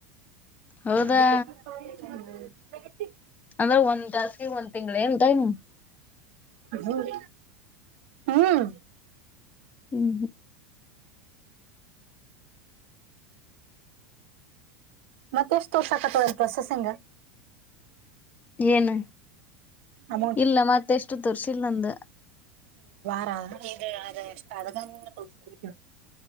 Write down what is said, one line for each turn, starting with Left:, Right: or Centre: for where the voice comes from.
Left: ಹೌದಾ
Right: ಅದಕ್ಕೆ ಹ್ಮ ಮಟ್ಟ
Left: ಅದ್ರ ಒಟ ಒಂದ ತಿಗಳ ನ್ ಟೈಮ್
Right: ಹ್ಮ್ ಹ್ಮ್
Left: ಹ್ಮ್ ಹ್ಮ
Right: ಮತ್ತೆಷ್ಟು ತೋಷಕ ತಗತ ಸಸಂಗ
Left: ಏನು
Right: ಅಮೌಂಟ್
Left: ಇಲ್ಲ ಮತ್ತೆಷ್ಟು ತೊರ್ಸಿಲ್ ನಂದ
Right: ಹ ಇ ಅದೇಷ್ಟಾದಕ ಪ್ರಸ್ತ